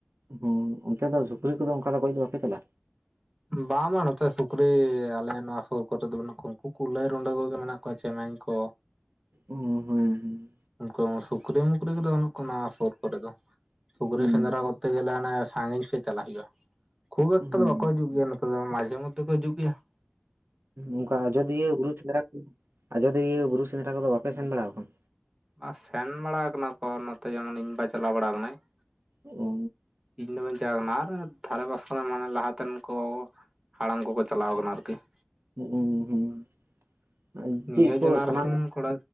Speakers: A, on the right; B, on the right.
A: ᱦᱩᱸ ᱚᱱᱛᱮ ᱫᱚ ᱥᱩᱠᱨᱤ ᱠᱚᱫᱚ ᱚᱝᱠᱟ ᱜᱚᱡ ᱫᱚ ᱵᱟᱯᱮ ᱪᱟᱞᱟᱜ-ᱟ?
B: ᱵᱟᱝ ᱵᱟᱝ ᱱᱚᱛᱮ ᱥᱩᱠᱨᱤ ᱟᱞᱮ ᱱᱚᱣᱟ ᱥᱩᱨ ᱠᱚᱨᱮ ᱫᱚ ᱵᱟᱹᱱᱩᱜ ᱠᱚᱣᱟ ᱩᱱᱠᱩ ᱠᱩᱞᱟᱹᱭ ᱨᱩᱸᱰᱟᱹ ᱠᱚᱜᱮ ᱢᱮᱱᱟᱜ ᱠᱚᱣᱟ ᱾ ᱚᱱᱠᱟ ᱪᱮᱢᱮᱧ ᱠᱚ,
A: ᱩᱻ ᱦᱳᱭ ᱦᱩᱸ ᱾
B: ᱩᱱᱠᱩ ᱥᱩᱠᱨᱤ ᱢᱩᱠᱨᱤ ᱠᱚᱫᱚ ᱵᱟᱹᱱᱩᱜ ᱠᱚᱣᱟ ᱱᱚᱣᱟ ᱥᱩᱨ ᱠᱚᱨᱮ ᱫᱚ ᱥᱩᱠᱨᱤ
A: ᱦᱩᱸ
B: ᱥᱮᱸᱫᱽᱨᱟ ᱠᱚ ᱠᱨᱛᱮ ᱜᱮᱞᱮ ᱟᱱᱮ ᱥᱟᱺᱜᱤᱧ ᱥᱮᱫ ᱪᱟᱞᱟᱜ ᱦᱩᱭᱩᱜ-ᱟ ᱠᱷᱩᱵ ᱮᱠᱴᱟ
A: ᱦᱩᱸ
B: ᱫᱚ ᱵᱟᱠᱚ ᱦᱤᱡᱩᱜ ᱜᱮᱭᱟ ᱾ ᱛᱚᱵᱮ ᱢᱟᱡᱮ ᱢᱚᱫᱽᱫᱷᱮ ᱠᱚ ᱦᱤᱡᱩᱜ ᱜᱮᱭᱟ ᱾
A: ᱚᱝᱠᱟ ᱟᱡᱚᱫᱤᱭᱟᱹ ᱵᱩᱨᱩ ᱥᱮᱸᱫᱽᱨᱟ ᱟᱡᱚᱫᱤᱭᱟᱹ ᱵᱩᱨᱩ ᱥᱮᱸᱫᱽᱨᱟ ᱠᱚᱫᱚ ᱵᱟᱯᱮ ᱥᱮᱱ ᱵᱟᱲᱟ ᱠᱟᱱᱟ?
B: ᱵᱟ ᱥᱮᱱ ᱵᱟᱲᱟ ᱟᱠᱟᱱᱟ ᱠᱚ ᱱᱚᱛᱮ ᱡᱮᱢᱚᱱ ᱤᱧ-ᱵᱟ ᱪᱟᱞᱟᱣ ᱵᱟᱲᱟ ᱠᱟᱱᱟᱭ ᱾
A: ᱚ ᱾
B: ᱤᱧ ᱫᱚ ᱵᱟᱹᱧ ᱪᱟᱣ ᱟᱠᱟᱱᱟ ᱟᱨ ᱫᱷᱟᱨᱮ ᱯᱟᱥ ᱠᱷᱚᱱ ᱢᱟᱱᱮ ᱞᱟᱦᱟᱛᱮᱱ ᱠᱚ ᱦᱟᱲᱟᱢ ᱠᱚᱠᱚ ᱪᱟᱞᱟᱣ ᱟᱠᱟᱱᱟ ᱟᱨᱠᱤ ᱾
A: ᱚ ᱦᱩᱸ
B: ᱱᱤᱭᱟᱹ
A: <inaudible> ᱪᱮᱫ ᱠᱚ
B: ᱡᱮᱱᱟᱨᱮᱥᱚᱱ
A: ᱥᱟᱱᱟᱢ
B: ᱠᱚᱲᱟ